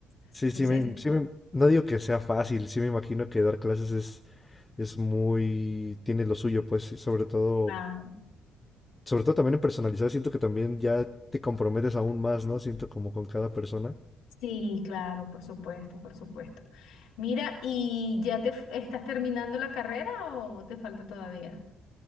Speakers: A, on the left; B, on the left.
A: sí,
B: Entonces,
A: sí, me, sí me- no digo que sea fácil, sí me imagino que dar clases es, es muy, tiene lo suyo, pues, sí, sobre todo,
B: Claro.
A: sobre todo también en personalizar, siento que también ya te comprometes aún más, ¿no? Siento como con cada persona.
B: sí, claro, por supuesto, por supuesto. Mira, ¿y ya te f- estás terminando la carrera o te falta todavía?